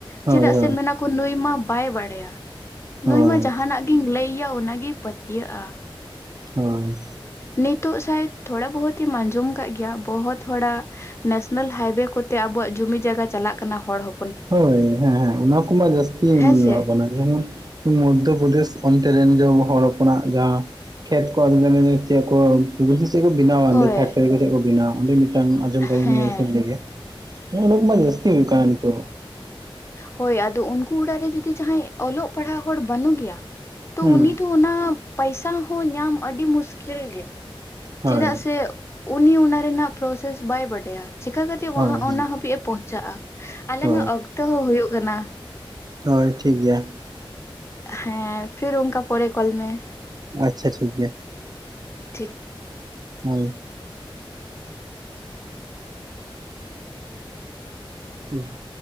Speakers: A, on the left (about 30°); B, on the right (about 45°).
A: ᱪᱮᱫᱟᱜ
B: ᱦᱳᱭ
A: ᱥᱮ ᱢᱮᱱᱼᱼ ᱠᱚ ᱱᱩᱭ ᱢᱟ ᱵᱟᱭ ᱵᱟᱲᱟᱭᱟ,
B: ᱦᱳᱭ
A: ᱱᱩᱭ ᱢᱟ ᱡᱟᱦᱟᱸᱱᱟᱜ ᱜᱤᱧ ᱞᱟᱹᱭ ᱟᱭᱟ ᱚᱱᱟ ᱜᱮᱭ ᱯᱟᱹᱛᱭᱟᱹᱜᱼᱟ᱾
B: ᱦᱳᱸᱭ᱾
A: ᱱᱤᱛᱚᱜ ᱥᱟᱭᱮᱫ, ᱛᱷᱚᱲᱟ ᱵᱚᱦᱚᱛ ᱮᱢ ᱟᱸᱡᱚᱢ ᱠᱟᱜ ᱜᱮᱭᱟ ᱵᱚᱦᱚᱛ ᱦᱚᱲᱟᱼᱼ ᱱᱮᱥᱱᱟᱞ ᱦᱟᱭᱼᱵᱮ ᱠᱚ ᱛᱮ ᱟᱵᱚᱣᱟᱜ ᱡᱩᱢᱤ ᱡᱟᱭᱜᱟ ᱪᱟᱞᱟᱜ ᱠᱟᱱᱟ ᱦᱚᱲ ᱦᱚᱼᱼ
B: ᱦᱚᱭ ᱦᱮᱸ ᱦᱮᱸ ᱚᱱᱟ ᱠᱚ ᱢᱟ ᱡᱟᱹᱥᱛᱤ
A: ᱦᱮᱸᱥᱮ
B: <unintelligible> ᱡᱮᱢᱚᱱ ᱢᱚᱫᱽᱫᱷᱚ ᱯᱨᱚᱫᱮᱥ ᱚᱱᱛᱮ ᱨᱮᱱ ᱡᱮ ᱦᱚᱲ ᱦᱚᱯᱚᱱ ᱟᱜ ᱡᱟᱦᱟᱸ ᱠᱷᱮᱛ ᱠᱚ ᱟᱹᱰᱤ ᱜᱟᱱ <unintelligible> <unintelligible> ᱠᱚ ᱵᱮᱱᱟᱣᱟ
A: ᱦᱳᱭ
B: ᱚᱸᱰᱮ ᱯᱷᱮᱠᱴᱟᱨᱤ ᱠᱚ ᱥᱮᱫ ᱠᱚ ᱵᱮᱱᱟᱣᱟ ᱚᱸᱰᱮ ᱢᱤᱫᱴᱟᱝ ᱟᱸᱡᱚᱢ <unintelligible>
A: ᱦᱮᱸ
B: ᱱᱚᱜ ᱱᱟ ᱠᱚᱢᱟ ᱡᱟᱥᱹᱛᱤ ᱦᱩᱭᱩᱜ ᱠᱟᱱᱟ ᱱᱤᱛᱚᱜ ᱾
A: ᱦᱚᱭ ᱟᱫᱚ ᱩᱱᱠᱩ ᱚᱲᱟᱜ ᱨᱮ ᱡᱩᱫᱤ ᱡᱟᱦᱟᱸᱭ ᱚᱞᱚᱜ ᱯᱟᱲᱦᱟᱜ ᱦᱚᱲ ᱵᱟᱹᱱᱩᱜ ᱜᱮᱭᱟ ᱛᱚ
B: ᱦᱩᱸ
A: ᱩᱱᱤ ᱫᱚ ᱚᱱᱟ ᱯᱚᱭᱥᱟ ᱦᱚᱸ ᱧᱟᱢ ᱟᱹᱰᱤ ᱢᱩᱥᱠᱤᱞ ᱜᱮ ᱾
B: ᱦᱳᱭ
A: ᱪᱮᱫᱟᱜ ᱥᱮ ᱩᱱᱤ ᱚᱱᱟ ᱨᱮᱱᱟᱜ ᱯᱨᱚᱥᱮᱥ ᱵᱟᱭ ᱵᱟᱰᱟᱭᱟ ᱾ ᱪᱮᱠᱟ ᱠᱟᱛᱮ
B: ᱦᱳᱭ
A: ᱣᱟᱱᱦᱟ
B: ᱦᱳᱭ
A: ᱚᱱᱟ ᱦᱟᱹᱵᱤᱡ ᱮ ᱯᱚᱸᱦᱪᱟᱜᱼᱟ ᱟᱞᱟᱝ
B: ᱦᱳᱭ
A: ᱟᱜ ᱚᱠᱛᱚ ᱦᱚᱸ ᱦᱩᱭᱩᱜ ᱠᱟᱱᱟ ᱾
B: ᱦᱚᱭ ᱴᱷᱤᱠ ᱜᱮᱭᱟ ᱾
A: ᱦᱮᱸ ᱯᱷᱤᱨ ᱚᱱᱠᱟ ᱯᱚᱨᱮ ᱠᱚᱞ ᱢᱮ ᱾
B: ᱟᱪᱪᱷᱟ ᱴᱷᱤᱠ ᱜᱮᱭᱟ ᱾
A: ᱴᱷᱤᱠ
B: ᱦᱚᱭ <unintelligible>